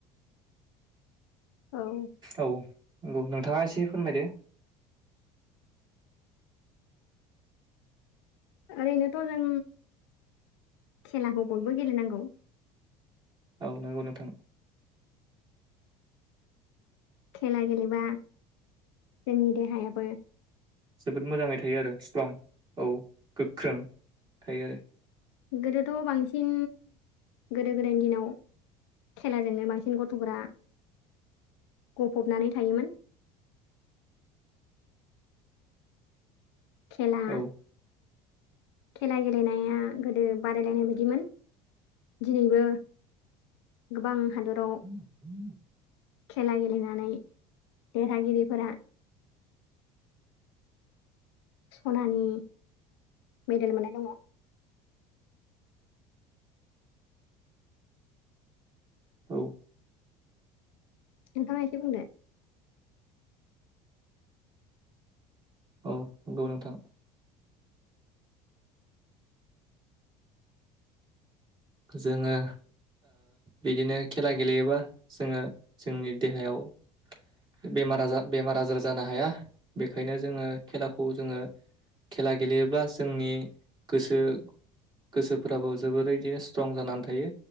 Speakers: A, on the left (about 85°); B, on the right (about 35°).
A: औ
B: औ नंगौ नोंथाङा एसे फोरमायदो
A: ओरै नोथ' जों खेलाखौ बयबो गेलेनांगौ
B: औ नंगौ नोंथां
A: खेला गेलेबा जोंनि देहायाबो
B: जोबोद मोजाङै थायो आरो स्ट्रं औ गोख्रों थायो आरो
A: गोदोथ' बांसिन गोदो गोदायनि दिनाव खेलाजोंनो बांसिन गथ'फोरा गफबनानै थायोमोन
B: <inaudible>
A: खेला
B: औ
A: खेला गेलेनाया गोदो बादायलायनाय बायदिमोन दिनैबो गोबां हादराव
B: उ उम
A: खेला गेलेनानै देरहागिरिफोरा सनानि मेडेल मोननाय दङ
B: औ
A: नोंथाङा एसे बुंद
B: औ नंगौ नोंथां जोङो बिदिनो खेला गेलेयोबा जोङो जोंनि देहायाव <inaudible> बेमार आजार बेमार आजार जानो हाया बेखायनो जोङो खेलाखौ जोङो खेला गेलेयोब्ला जोंनि गोसो गोसोफ्राबो जोबोरैदिनो स्ट्रं जानानै थायो